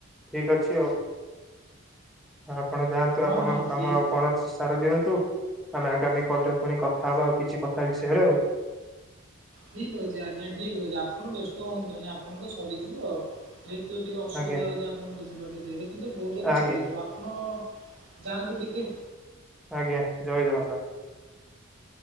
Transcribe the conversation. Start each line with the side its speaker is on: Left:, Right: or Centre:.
Centre: ଠିକ ଅଛି ଆଉ। ଆପଣ ଯାଆନ୍ତୁ
Right: ହଁ
Centre: ଆପଣ
Right: ହଁ
Centre: କାମ
Right: ଠିକ୍
Centre: ଆଉ କଣ ସାରି ଦିଅନ୍ତୁ ଆମେ ଆଗାମୀ କଲରେ ପୁଣି କଥା ହବା ଆଉ କିଛି କଥା ବିଷୟରେ ଆଉ।
Right: ଠିକ ଅଛି ଆଜ୍ଞା ଠିକ ଅଛି ଆପଣ ବ୍ୟସ୍ତ ହୁଅନ୍ତୁନି ଆପଣଙ୍କ ସରିଯିବ। ଯେହେତୁ ଟିକେ ଅସୁବିଧା
Centre: ଆଜ୍ଞା
Right: ହେଉଛି ଆପଣ ବୁଝି ପାରୁଥିବେ କିନ୍ତୁ ବହୁତ ଜଲଦି
Centre: ଆଜ୍ଞା।
Right: ସରିଯିବ। ଆପଣ ଯାଆନ୍ତୁ ଟିକେ
Centre: ଆଜ୍ଞା ଜୟ ଜଗନ୍ନାଥ।